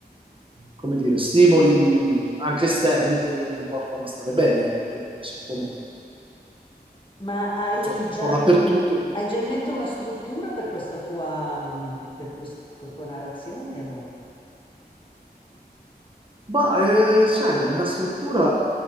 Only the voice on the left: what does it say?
Ma hai
già
in, hai già in mente una struttura per questa tua, mm, per questa tua narrazione? O...